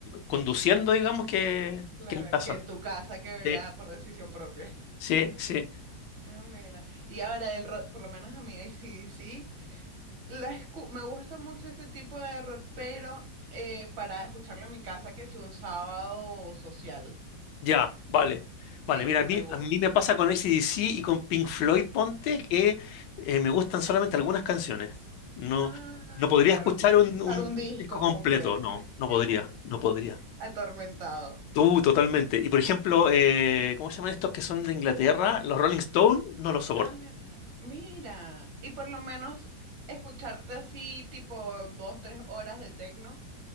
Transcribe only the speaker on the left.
conduciendo, digamos, que,
que en casa.
Sí.
Sí, sí,
ya, vale. Vale,
mira,
a mí,
a mí me pasa con C D C y con Pink Floyd, ponte,
que eh, me gustan solamente algunas canciones. No,
no podría
escuchar
un, un
disco completo,
no,
no podría, no podría.
Tú, totalmente. Y por ejemplo, eh, ¿cómo se llaman estos que son de Inglaterra? Los Rolling Stones, no los soporto.